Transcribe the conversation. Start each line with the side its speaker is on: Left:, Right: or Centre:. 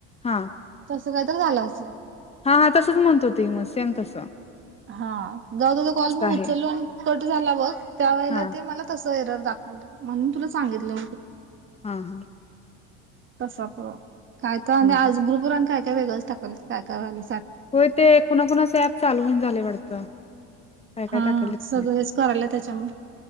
Left: हा.
Right: असं काय तर झालं असेल.
Left: हा हा तसच म्हणतो त मग सेम. तसां.
Right: हा जेव्हा तुझा कॉल मी
Left: आहे
Right: उचललो आणि कट झाला बघ, त्या वेळेला
Left: हा
Right: ते मला तस एरर. दाखव म्हणून तुला सांगितलं.
Left: हा.
Right: तसा प्र. काय तर म्हणे
Left: हा
Right: आज ग्रुपवर काय? ते वेगळेच टाकल काय काय वाणी.
Left: होय ते कोणा-कोणाच ऍप चालू होईना. झाले वाटत काय काय
Right: हा
Left: टाकलेत?
Right: सगळेच करायला त्याच्यामुळे